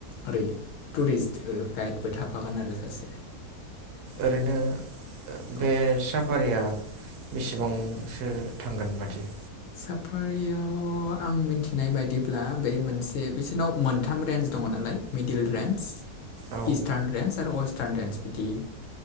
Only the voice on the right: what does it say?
ओरैनो
बे सा फारिया बेसेबांसो थांगोनबादि?
औ